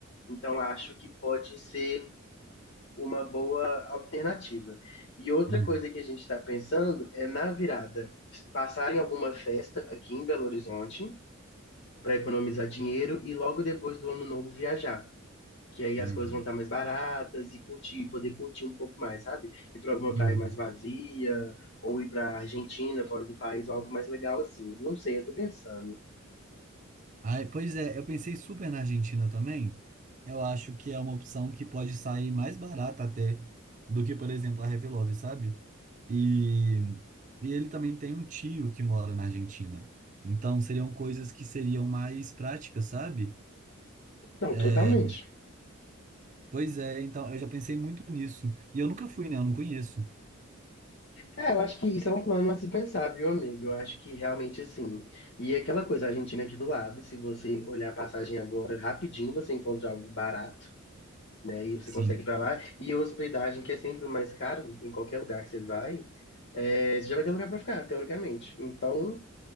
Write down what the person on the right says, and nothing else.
Uhum,
uhum,
uhum.
Ai, pois é, eu pensei super na Argentina também. Eu acho que é uma opção que pode sair mais barata até do que, por exemplo, a Love sabe? E, e ele também tem um tio que mora na Argentina. Então seriam coisas que seriam mais práticas, sabe?
É,
pois é, então eu já pensei muito nisso. E eu nunca fui, né? Eu não conheço.
Sim.